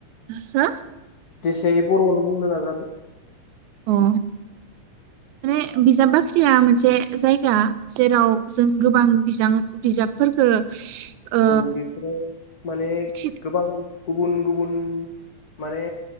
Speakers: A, on the right; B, on the left.
A: हो
B: जेसे हायो बर'आवनो बुंनो नाजादो
A: अ माने बिजाब बाख्रिया मोनसे जायगा जेराव जों गोबां बिजां बिजाबफोरखो ओ
B: औ बेफोराव माने
A: थि
B: गोबां गुबुन गुबुन माने